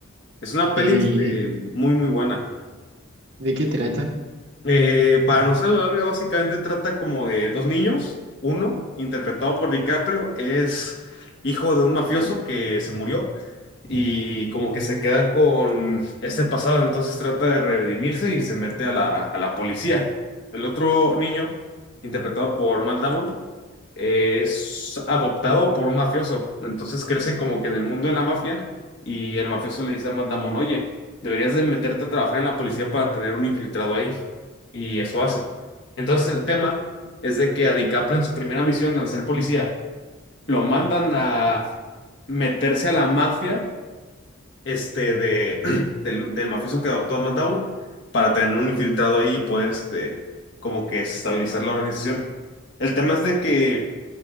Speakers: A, on the left; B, on the right.
A: Es una
B: Eh,
A: peli este,
B: ¿y
A: muy, muy buena.
B: ¿de qué trata?
A: Eh, para no ser la larga, básicamente trata como de dos niños, uno interpretado por DiCaprio es hijo de un mafioso que se murió y como que se queda con ese pasado, entonces trata de redimirse y se mete a la, a la policía. El otro niño, interpretado por Matt Damon, es adoptado por un mafioso, entonces crece como que en el mundo de la mafia y el mafioso le dice a Matt Damon, oye, deberías de meterte a trabajar en la policía para tener un infiltrado ahí, y eso hace. Entonces el tema es de que a DiCaprio en su primera misión al ser policía, lo mandan a meterse a la mafia este, de, <clears throat> del, del mafioso que adoptó a Matt para tener un infiltrado ahí y poder, este, como que estabilizar la organización. El tema es de que